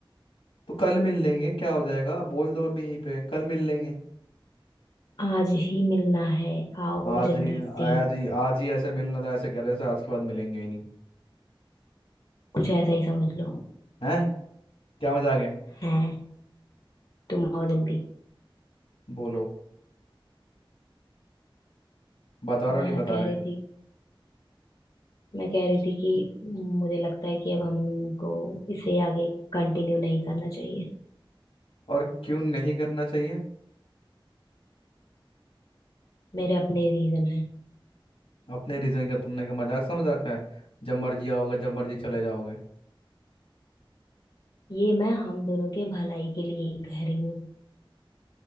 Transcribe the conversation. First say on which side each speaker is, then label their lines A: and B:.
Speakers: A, on the left (about 85°); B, on the left (about 65°).
A: तो कल मिल लेंगे क्या हो जाएगा बोल दो अभी यहीं पे कल मिल लेंगे
B: आज ही मिलना है आओ
A: आज
B: जल्दी
A: ही
B: से
A: आज ही आज ही ऐसे मिलना था ऐसे कह रहे थे आज के बाद मिलेंगे ही नहीं
B: कुछ ऐसा ही समझ लो
A: हैं क्या मजा आ गया
B: हैं तुम आओ जल्दी
A: बोलो बता रहे
B: मैं
A: हो नहीं बता
B: कह
A: रहे
B: रही थी मैं कह रही थी कि मुझे लगता है कि अब हमको इसे आगे कंटिन्यू नहीं करना चाहिए
A: और क्यों नहीं करना चाहिए
B: मेरे अपने रीजन है
A: अपने रीजन का तुमने क्या मजाक समझ रखा है जब मर्जी आओगे जब मर्जी चले जाओगे
B: ये मैं हम दोनों के भलाई के लिए ही कह रही हूँ